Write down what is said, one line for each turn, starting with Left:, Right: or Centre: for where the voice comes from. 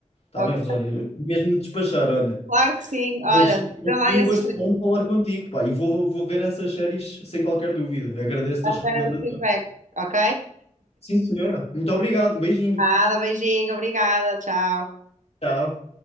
Left: Está
Right: Oh,
Left: bem, Rosário? Eu tenho mesmo de despachar, olha.
Right: Claro que sim. Olha,
Left: Mas
Right: vê lá
Left: foi
Right: esse
Left: um gosto
Right: estrelinho,
Left: enorme falar contigo, pá. E vou, vou ver essas séries sem qualquer dúvida. Agradeço-te
Right: à espera
Left: as recomendações.
Right: do feedback, ok?
Left: Sim, senhora. Muito obrigado. Um beijinho.
Right: Nada, beijinho, obrigada, tchau.
Left: Tchau.